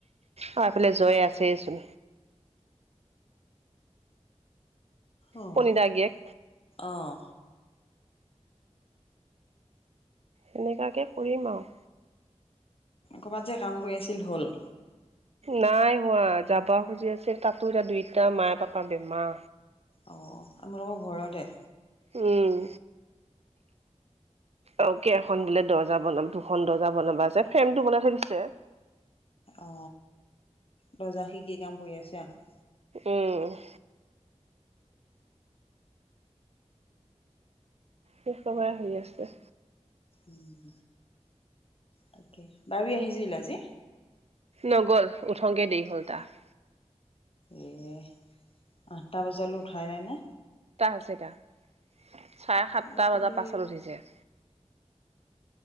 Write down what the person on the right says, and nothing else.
অ এইফালে জয়ে আছেচোন
পণিতা গীয়েক
তেনেকুৱাকৈ কৰিম আৰু
নাই হোৱা যাব খুজি আছিল তাতো এতিয়া দুইতটা মায়ে পাপা বেমাৰ
উম অ ক এখন বোলে দৰ্জা বনাম দুখন দৰ্জা বনাবা আ ফ্ৰেম টো বনাই থৈ দিছে
উম সেই চবৰে হৈ আছে
নগ'ল উঠংতে দেৰি হ'ল তাৰ
টাৰ হৈছে এতিয়া চাৰে সাতটা
বজাত পাছত উঠিছে